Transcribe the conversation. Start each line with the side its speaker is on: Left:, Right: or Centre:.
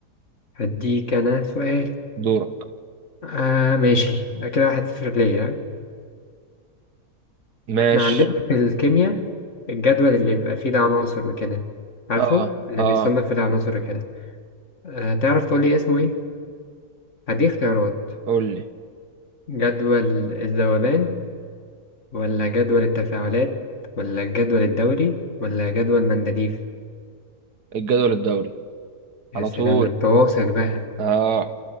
Left: هديك أنا سؤال
Right: دورك
Left: آه ماشي كده واحد صفر ليا ها؟
Right: ماشي
Left: احنا عندنا في الكيمياء الجدول اللي بيبقى فيه العناصر وكده عارفه
Right: اه
Left: اللي
Right: اه
Left: بيصنف فيه العناصر وكده آه تعرف تقول لي اسمه ايه؟ هدي اختيارات
Right: قول لي
Left: جدول الذوبان ولا جدول التفاعلات ولا الجدول الدوري ولا جدول مندليف
Right: الجدول الدوري
Left: يا
Right: على
Left: سلام
Right: طول
Left: ده انت واثق بقى
Right: اه